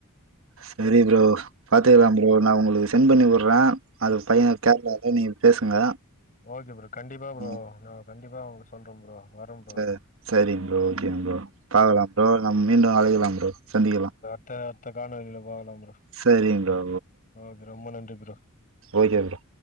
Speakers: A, on the right; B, on the left.
A: சரி ப்ரோ பாத்துக்கலா ப்ரோ நா உங்களுக்கு சென் பண்ணிவுட்றே அது பையன் கேரளாவுல நீங்க பேசுங்க
B: ஓக்கே ப்ரோ கண்டிப்பா ப்ரோ
A: ம்
B: நா கண்டிப்பா அவன்கிட்ட சொல்றே ப்ரோ வரே ப்ரோ
A: எது சேரிங்க ப்ரோ ஓக்கேங்க ப்ரோ பாக்கலா ப்ரோ நம்ம மீண்டும் அழைக்கலா ப்ரோ சந்திக்கலா
B: அத்த அத்த காணொலில பாக்கலா ப்ரோ
A: சரிங்க ப்ரோ
B: ஓக்கே ரொம்ப ‌நன்றி ப்ரோ
A: ஓக்கே ப்ரோ